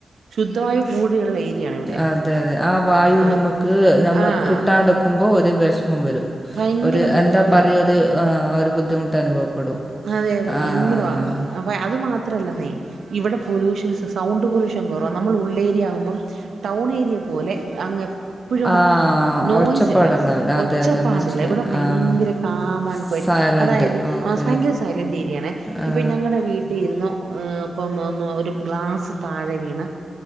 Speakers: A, on the right; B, in the centre.
A: ശുദ്ധവായു കൂടിയുള്ള ഏരിയാണ് ഇവിടെ
B: അതെ അതെ ആ വായു
A: ആഹ്
B: നമ്ക്ക് നമ്മ
A: ആഹ്
B: കിട്ടാണ്ട്ക്കു ക്കുമ്പം ഒറ് വെഷ്മം വെരും
A: ഭയങ്കര
B: ഒര്
A: ബുദ്ധിമുട്ടാ
B: എന്താ പറയ ഒര് ആഹ് ഒര് ബുദ്ധിമുട്ട് അനുഭവപ്പെടും
A: ആഹ് അതെ അതെ
B: ആഹ്
A: ഭയെങ്കെരവാ അപ്പ അത് മാത്രല്ലെന്നേ ഇവടെ പൊലൂഷൻസ് സൗണ്ട് പൊലൂഷൻ കാെറവാ നമ്മൾ ഉള്ളേര്യാവുമ്പം ടൗണേര്യ പോലെ അങ്ങ് പ്പെഴും
B: ആഹ്
A: നോയ്സില്ലാ
B: ഒച്ചപ്പാടുണ്ടാവില്ല
A: ഒച്ചപ്പാടില്ലാ
B: അതെ അതെ മനസ്സിലായി
A: ഇവടെ ഭയെങ്കെരെ
B: ആഹ്
A: കാമാൻ കൊയെ
B: സൈലന്റ്
A: അതായത് ഇപ്
B: ഓക്കെ
A: ഫയെങ്കെരെ സൈലന്റേരിയാണേ
B: ആ
A: ഇപ്പം ഞങ്ങടെ വീ ട്ടീന്ന് ഏഹ് ഇപ്പം ഒന്ന് ഒരു ഗ്ലാസ് താഴെ വീണാ